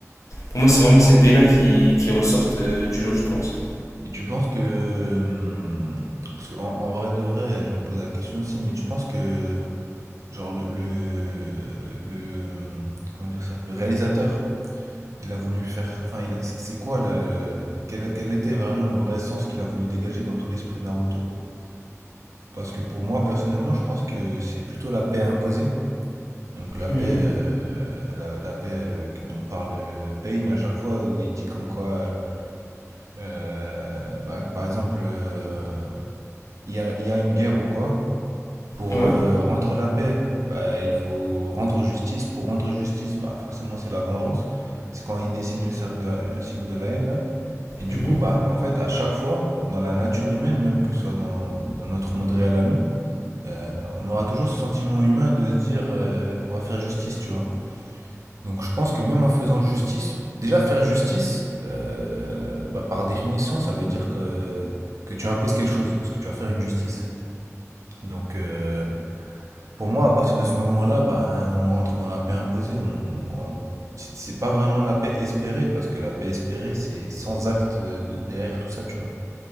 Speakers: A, on the left (about 75°); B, on the right (about 70°).
A: Pour moi, c'est vraiment ces pays-là qui, qui ressortent euh, du lot, je pense.
B: Et tu penses que. hum, Parce qu'en en en vrai de vrai, je me pose la question aussi, mais tu penses que Genre le, le, le- comment dire ça? Le réalisateur, il a voulu faire. Enfin, il a- c'est c'est quoi la- quel, quel était vraiment le vrai sens qu'il a voulu dégager dans tout l'esprit de Naruto? Parce que pour moi, personnellement, je pense que c'est plutôt la paix imposée. Donc la
A: Mhm,
B: paix, euh, la, la paix euh, dont parle euh, Pain à chaque fois, où il dit comme quoi, euh, bah, par exemple, euh, il y a, il y a une guerre ou quoi, Pour
A: ouais,
B: euh, rendre la paix, bah, il faut rendre justice. Pour rendre justice, bah, forcément, c'est la vengeance. C'est quand ils dessinent le cercle de la- le cycle de la haine, là. Et du
A: mhm.
B: coup, bah, en fait, à chaque fois, dans la nature humaine, même que ce soit dans, dans notre monde réel à nous, euh, on aura toujours ce sentiment humain de se dire, euh, on va faire justice, tu vois. Donc, je pense que même en faisant justice, déjà faire justice, euh, bah, par définition, ça veut dire que, que tu imposes quelque chose, parce que tu vas faire une justice. Donc, euh, pour moi, à partir de ce moment-là, ben, on rentre dans la paix imposée. On, on- c'est c'est pas vraiment la paix espérée, parce que la paix espérée, c'est sans acte euh, derrière tout ça, tu vois.